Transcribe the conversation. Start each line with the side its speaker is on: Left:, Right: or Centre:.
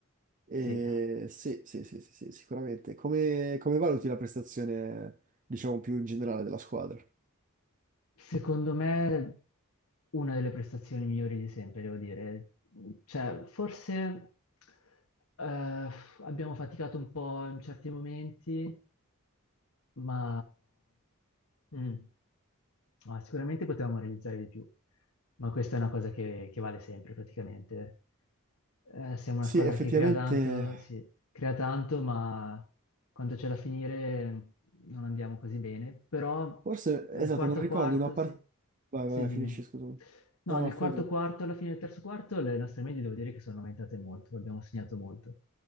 Right: E
Left: Sì.
Right: sì, sì, sì, sì, sì, sicuramente. Come, come valuti la prestazione, diciamo, più in generale della squadra?
Left: Secondo me una delle prestazioni migliori di sempre, devo dire. Cioè, forse eh, abbiamo faticato un po' in certi momenti, ma mm, ma sicuramente potevamo realizzare di più, ma questa è una cosa che, che vale sempre praticamente. Eh, siamo una
Right: Sì,
Left: squadra
Right: effettivamente.
Left: che crea tanto, sì, crea tanto, ma quando c'è da finire non andiamo così bene. Però
Right: Forse,
Left: il
Right: esatto,
Left: quarto
Right: non ricordo
Left: quarto,
Right: una parte...
Left: sì,
Right: Vai,
Left: sì,
Right: vai, vai,
Left: dimmi.
Right: finisci, scusami.
Left: No,
Right: No,
Left: nel
Right: no, fai
Left: quarto
Right: tu.
Left: quarto, alla fine del terzo quarto, le nostre medie devo dire che sono aumentate molto, abbiamo segnato molto.